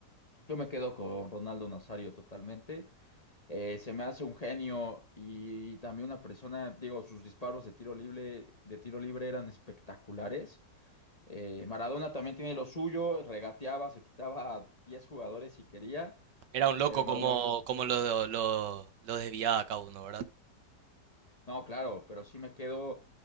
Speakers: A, on the left; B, on the right.
A: yo me quedo con Ronaldo Nazario totalmente. Eh, se me hace un genio y también una persona, digo, sus disparos de tiro libre, de tiro libre eran espectaculares. Eh, Maradona también tiene lo suyo, regateaba, se quitaba a 10 jugadores si quería,
B: Era un loco
A: pero
B: como,
A: me voy,
B: como lo, lo- lo desviaba cada uno, ¿verdad?
A: no, claro, pero sí me quedo,